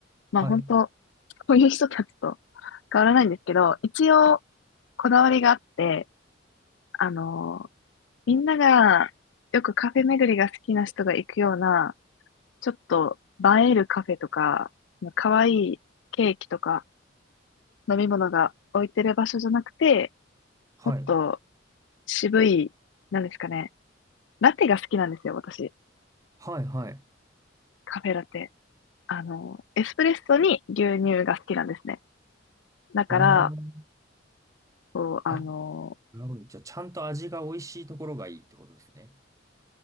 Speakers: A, on the left; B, on the right.
A: まあ本当、
B: <laughs> はい。
A: そういう人たちと変わらないんですけど、一応こだわりがあって、あのーみんながよくカフェ巡りが好きな人が行くような、ちょっと映えるカフェとか、可愛いケーキとか飲み物が置いてる場所じゃなくて、
B: はい。
A: もっと渋い、なんですかね。ラテが好きなんですよ、私。
B: はい。はい。
A: カフェラテ。あの、エスプレッソに牛乳が好きなんですね。だから、
B: あー
A: そう、あの、
B: あ、なるほど。じゃあ、ちゃんと味が美味しいところがいいってことですね。